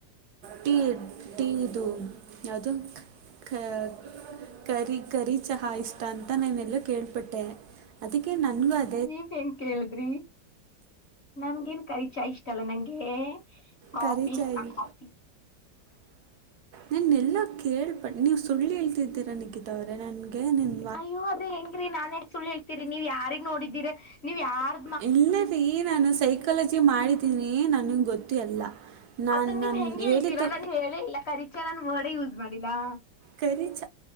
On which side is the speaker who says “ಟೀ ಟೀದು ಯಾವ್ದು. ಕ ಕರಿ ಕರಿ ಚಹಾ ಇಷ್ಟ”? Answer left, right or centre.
Right